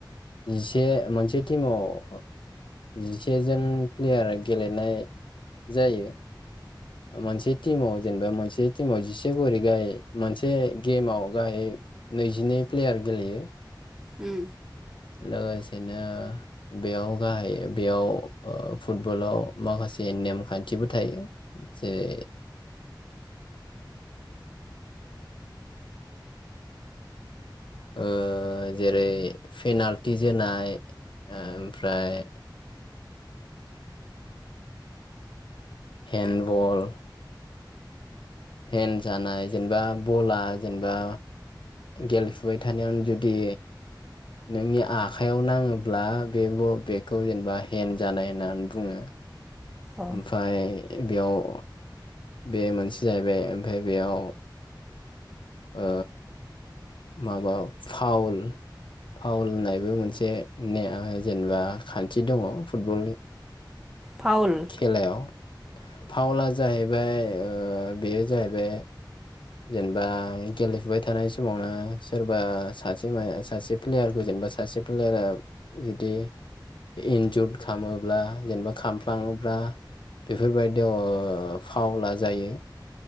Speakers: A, on the left (about 80°); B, in the centre.
A: जिसे मोनसे टिमाव जिसेजोन प्लेयार गेलेनाय जायो मोनसे टिमाव जेनेबा मोनसे टिमाव जिसे खरै गाहाय मोनसे गेमाव गाहाय नैजिनै प्लेयार गेलेयो।
B: उम।
A: लोगोसेनो बेयाव गाहाय बेयाव फुटबलाव माखासे नेमखान्थिबो थायो जेरै ओ जेरै- पेनाल्टि जोनाय ओमफ्राय हेन बल हेन जानाय जेनेबा बला जेनेबा गेलेफुबाय थानायावनो जुदि नोंनि आखाइयाव नाङोब्ला बे बेखौ जेनेबा हेन्द जानाय होननानै बुङो।
B: अ
A: ओमफाय बेयाव बे मोनसे जाहैबाय ओमफाय बेयाव ओ माबा फावल-फावल होननाय बो मोनसे ने जेनेबा खान्थि दङ फुटबल
B: फाउल
A: खेलायाव। फाउला जाहैबाय ओ बेयो जाहैबाय। जेनेबा गेलेफुबाय थानाय समावनो सोरबा सासे मा सासे प्लेयारखौ जेनेबा सासे प्लेयारा जुदि इन्जुर खालामोब्ला जेनेबा खामफ्लाङोब्ला बेफोरबायदियाव ओ फाउला जायो।